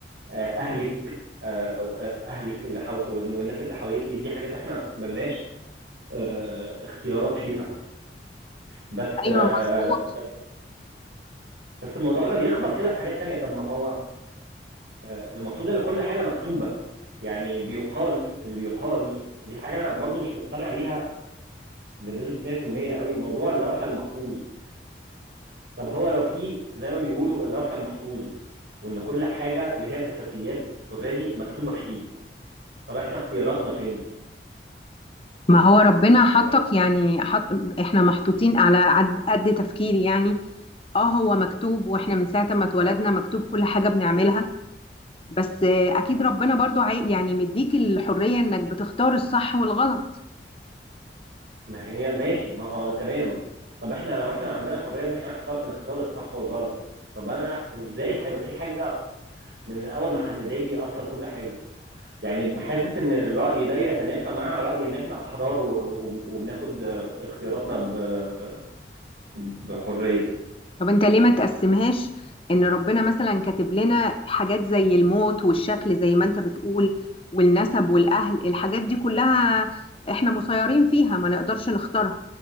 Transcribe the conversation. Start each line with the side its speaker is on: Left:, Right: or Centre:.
Right: آه، اهلك آه، آه، اهلك اللي حو... وال- والناس اللي حواليكي دي حاجات احنا ملناش آه، اختيارات فيها بس
Left: ايوه
Right: آه،
Left: مظبوط
Right: بس الموضوع ده بيخبط كده في حاجات تانية طب ما هو آه، المفروض ان كل حاجة مكتوبة يعني بيقال اللي بيقال دي حاجة انا برضو مش مقتنع بيها بنسبة 100% قوي موضوع اللوح المحفوظ طب هو لو في زي ما بيقولوا اللوح المحفوظ وان كل حاجة اللي هي الاساسيات اوريدي مكتوبة فيه طب احنا اختياراتنا فين
Left: ما هو ربنا حطك
Right: ولو-
Left: يعني حط احنا محطوطين على عد... قد تفكيري يعني اه هو مكتوب واحنا من ساعة ما اتولدنا مكتوب كل حاجة بنعملها بس آه، اكيد ربنا برضو عاي... يعني مديك الحرية انك بتختار الصح والغلط
Right: ما هي ماشي ما هو تمام طب احنا لو احنا عندنا حرية ان احنا نختار نختار الصح والغلط طب انا ازاي هيبقى في حاجة من الاول محدده لي اصلا كل حاجة يعني حاسس ان الرأي ده بيتنافى مع رأي ان احنا احرار و- و- وبناخد اختياراتنا ب- بحرية
Left: طب انت ليه ما تقسمهاش ان ربنا مثلا كاتب لنا حاجات زي الموت والشكل زي ما انت بتقول والنسب والاهل الحاجات دي كلها احنا مسيرين فيها ما نقدرش نختارها